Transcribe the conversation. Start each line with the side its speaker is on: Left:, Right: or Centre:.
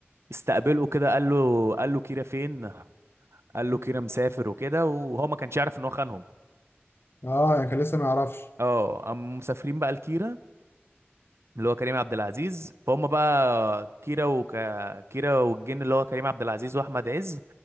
Right: استقبله كده قال له قال له كيرة فين قال له كيرة مسافر وكده وهو ما كانش يعرف ان هو خانهم
Left: اه يعني كان لسه ما يعرفش
Right: اه قاموا مسافرين بقى لكيرة اللي هو كريم عبد العزيز فهم بقى كيرة وك... كيرة والجن اللي هو كريم عبد العزيز واحمد عز